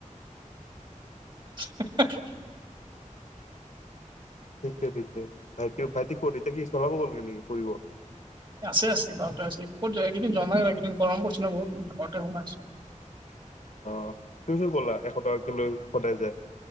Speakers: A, on the right (about 35°); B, on the left (about 65°).
A: হে হে
B: ঠিকে ঠিকে ভাইটি ভাইটি ক'ত এতিয়া কি চলাব গ'ল নে নেকি? কৰিব।
A: আছে আছে ঘৰতে আছে। ক'ত যোৱা একেইদিন যোৱা নাই গৰম পছ ন বহুত ঘৰতে সোমাইছো।
B: আহ তুমি কলা এশ টকাক লৈ সদায় যায়।